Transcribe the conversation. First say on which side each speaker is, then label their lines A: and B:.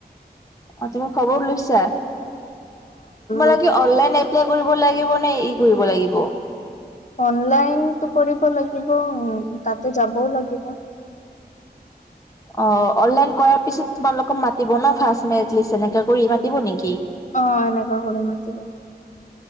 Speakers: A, on the left; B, on the left.
A: অ তুমি খবৰ লৈছা? তোমাল
B: অ
A: অনল কৰিব লাগিব নে ই কৰিব লাগিব।
B: অনলাইনতটো কৰিব লাগিব উম, তাতে যাবও লাগিব। <inaudible>
A: অ, অনলাইন কৰাৰ পিছত তোমালোকক মাতিব ন ফাৰ মিষ্ট এনেকা কৰি মাতিব নেকি
B: অ, এনেকা কৰি মাতিব।